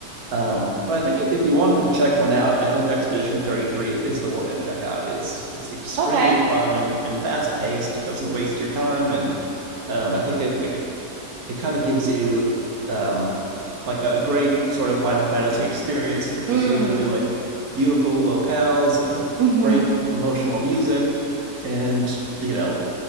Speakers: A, on the right; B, on the right.
A: um, but I think if you wanted to check one out, I think Expedition 33 is the one to check out. It's it's extremely
B: Okay.
A: fun and, and fast paced. It doesn't waste your time, and um, I think it it, it kind of gives you um, like a great sort of Final Fantasy experience, which
B: Mm.
A: is usually like beautiful locales and
B: hmm
A: great emotional music, and you know